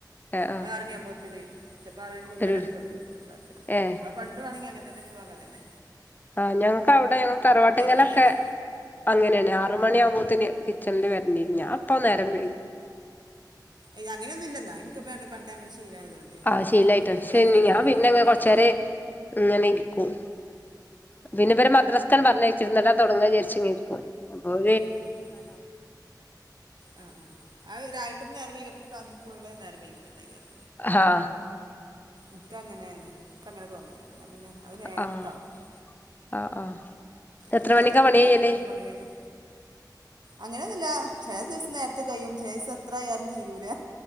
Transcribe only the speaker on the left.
ഏഹ് ആഹ്
ഒരു
ഏഹ്
ആഹ് ഞങ്ങക്കവടെ ഞങ്ങളെതറവാട്ടിങ്ങലൊക്കെ
അങ്ങനെണ് ആറ് മണ്യാവുമ്പോത്തിന് കിച്ചൺല് വ ഞാ പ്പം നേരം വെെ
ആഹ് ശീലായിട്ടാണ്
ശെ
ഞാ
പിന്നെങ്ങെ കൊറച്ചേരെ
ങ്ങനെര് <unintelligible> പിന്നെ വരെ മദ്രാസ്ക്കാൻ പർഞ്ഞയിച്ച് ഇന്നട്ടണ്ട് തൊടങ്ങാചാര്ച്ച്ങ്ങരിക്കും <unintelligible>
ഹാ
ആഹ്
ആ ഹ് ആഹ് എത്ര
മണിക്കാ
പണി കയ്യല്